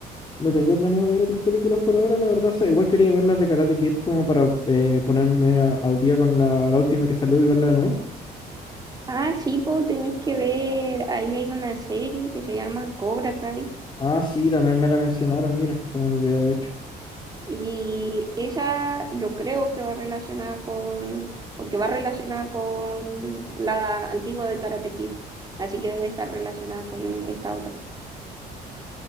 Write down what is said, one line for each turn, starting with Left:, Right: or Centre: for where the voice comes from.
Left: no tengo planeado ver otras películas por ahora, la verdad. O sea, igual quería ver las de Karate Kid como para eh, ponerme a- al día con la, la última que salió y verla de nuevo.
Right: Ah, sí, pues tenéis que ver, ahí hay una serie que se llama Cobra Kai
Left: Ah, sí, también me la mencionaron, mira, se me había olvidado de hecho.
Right: y esa yo creo que va relacionada con, porque va relacionada con la antigua de Karate Kid, así que debe estar relacionada con esta otra.